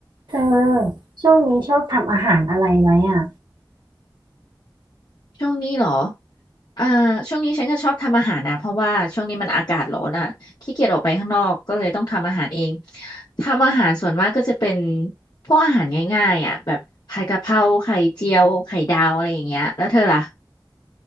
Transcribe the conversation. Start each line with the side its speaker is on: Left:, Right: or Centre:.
Right: เธอช่วงนี้ชอบทำอาหารอะไรไหมอ่ะ
Left: ช่วงนี้เหรออ่าช่วงนี้ฉันก็ชอบทำอาหารนะเพราะว่าช่วงนี้มันอากาศร้อนอ่ะขี้เกียจออกไปข้างนอก ก็เลยต้องทำอาหารเอง ทำอาหารส่วนมากก็จะเป็นพวกอาหารง่ายๆอ่ะแบบผัดกะเพราไข่เจียว ไข่ดาวอะไรอย่างเงี้ยแล้วเธอล่ะ